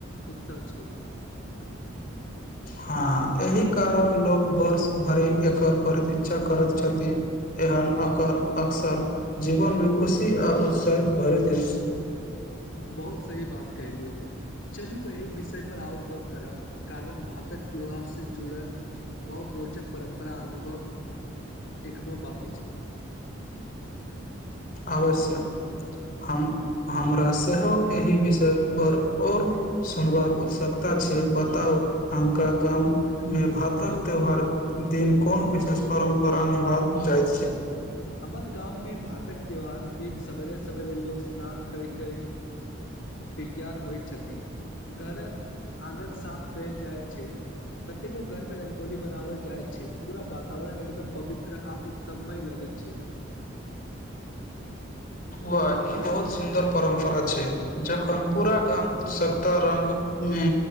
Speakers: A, on the left; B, on the left.
A: उत्सव छै
B: हँ एहि कारण लोक वर्ष भरि एकर प्रतीक्षा करैत छथिन एहन अकर अक्सर जीवन मे खुशी आ उत्साहित भरैत अछि
A: हु सही बात कहहि लियौ चलू एहि विषय पर आओर गप करब कारण भातक त्यौोहार से जुड़ल बहुत रोचक परम्परा अनुभव एखनो बाकी छै
B: अवश्य हम हमरा सेहो एहि विषय पर और सुनबाक उत्सुकता छै बताउ हका गावमे भातक त्यौहार दिन कोन विशेषता परम्परा निभाय जाइत छै
A: हमर गामवमे भातक त्योहार दिन सवेरे सवेरे लोक स्नान कय कय तैयर होइ छथि घरक आगन साफ कयल जाइ छै कतेको घर में रंगोली बनावल जाय छै पूरा वातावरण एकदम पवित्र आ उत्सवमय लगे छै
B: वाह ई बहुत सुन्दर परम्परा छै जखन पूरा गाम उत्सुकता रंग मे